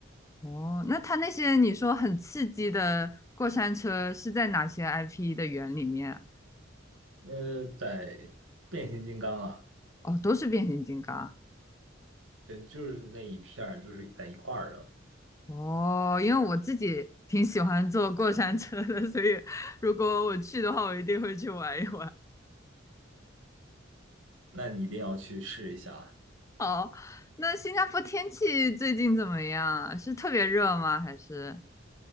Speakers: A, on the left; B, on the right.
A: 哦，那它那些你说很刺激的过山车是在哪些 IP 的园里面啊
B: 因为在。变形金刚啊，
A: 哦，都是变形金刚。
B: 对，就是那一片儿，就是在一块儿的，
A: 哦，因为我自己挺喜欢坐过山车的，所以如果我去的话，我一定会去玩一玩。
B: 那你一定要去试一下
A: 好，那新加坡天气最近怎么样啊？是特别热吗？还是